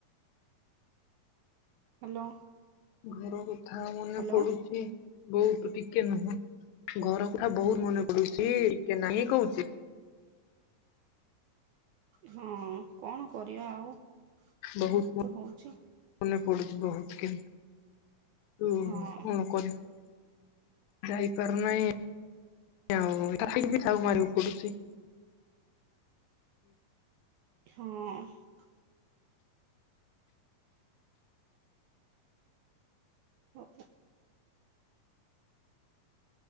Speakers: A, on the right (about 80°); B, on the left (about 80°).
A: ହ୍ୟାଲୋ
B: ଘର କଥା ମନେ
A: ହ୍ୟାଲୋ
B: ପଡୁଚି। ବହୁତ ଟିକେ ନୁହଁ ଘର କଥା ବହୁତ ମନେ ପଡୁଛି ଟିକେ ନାଇଁ କହୁଛି।
A: ହଁ କଣ କରିବା ଆଉ
B: ବହୁତ
A: ଏ ତ ହଉଚି।
B: ମନେ ପଡୁଛି ବହୁତ କିନ୍ ତୁ
A: ହଁ
B: କଣ କରିବୁ। ଯାଇପାରୁନାହିଁ ଆଉ ଖାଲି ମାରିବାକୁ ପଡୁଛି।
A: ହଁ। ହଉ।